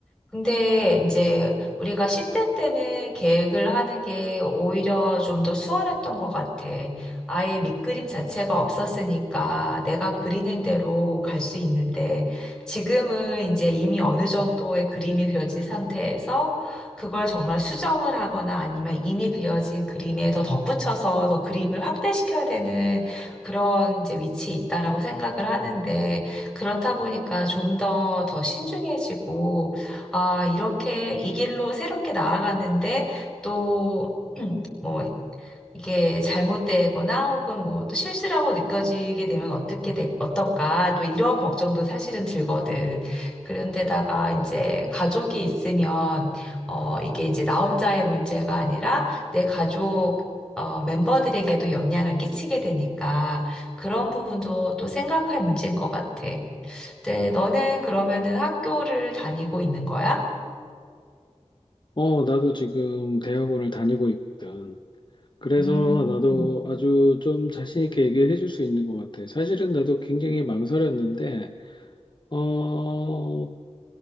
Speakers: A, in the centre; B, on the left (about 45°).
A: 근데 이제 우리가 10대 때는 계획을 하는 게 오히려 좀 더 수월했던 것 같아. 아예 밑그림 자체가 없었으니까 내가 그리는 대로 갈 수 있는데 지금은 이제 이미 어느 정도의 그림이 그려진 상태에서 그걸 정말 수정을 하거나 아니면 이미 그려진 그림에 더 덧붙여서 더 그림을 확대시켜야 되는 그런 이제 위치에 있다라고 생각을 하는데 그렇다 보니까 좀 더 더 신중해지고 아, 이렇게 이 길로 새롭게 나아갔는데 또 <clears throat> 뭐 이게 잘못되거나 혹은 뭐 또 실수라고 느껴지게 되면 어떻게 돼, 어떨까? 또 이런 걱정도 사실은 들거든. 그런데다가 이제 가족이 있으면 어 이게 이제 나 혼자의 문제가 아니라 내 가족 어, 멤버들에게도 영향을 끼치게 되니까 그런 부분도 또 생각할 문제인 것 같아. 근데 너는 그러면은 학교를 다니고 있는 거야?
B: 어 나도 지금 대학원을 다니고 있거든. 그래서
A: 음,
B: 나도 아주 좀 자신 있게 얘기를 해줄 수 있는 것 같아. 사실은 나도 굉장히 망설였는데, 어,